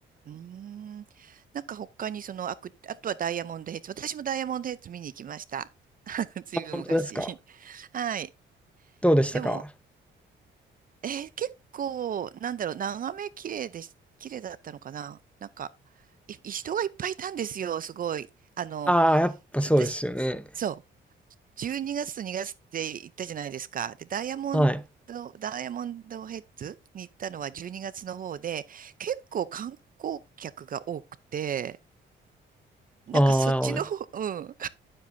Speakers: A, on the right; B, in the centre.
A: うーん。なんか他にその、あく、あとはダイヤモンドヘッズ。私もダイヤモンドヘッズ見に行きました。<laughs> ずいぶん昔。
B: あ、本当ですか。
A: <laughs> はい。
B: どうでしたか。
A: でも、えー結構、なんだろう、眺め綺麗でし、綺麗だったのかななんか、い、人がいっぱいいたんですよ、すごい。あの、
B: ああ、やっぱそうですよね。
A: 私、そう、12月と2月って行ったじゃないですか。で、ダイヤモンド、
B: はい。
A: ダイヤモンドヘッズに行ったのは12月の方で、結構観光客が多くて、なんかそっちの方、
B: ああ、
A: うん、